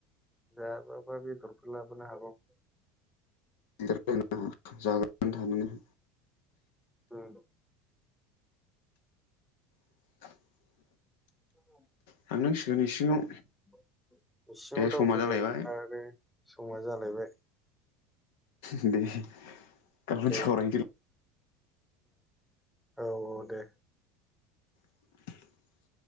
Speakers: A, in the centre; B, on the left (about 80°).
A: जायाबाबा बेदरखौ लाबोनो हागौ।
B: <unintelligible> जाग्रोनानै थानो हो। <inaudible>
A: ओं
B: <inaudible>
A: <inaudible> <unintelligible>
B: थांनांसिगोन इसिङाव दे
A: दावखोदो
B: समा जालायबाय
A: आरो समा जालायबाय
B: दे गाबोन
A: दे
B: सावरायनोसै
A: औ औ दे
B: <inaudible>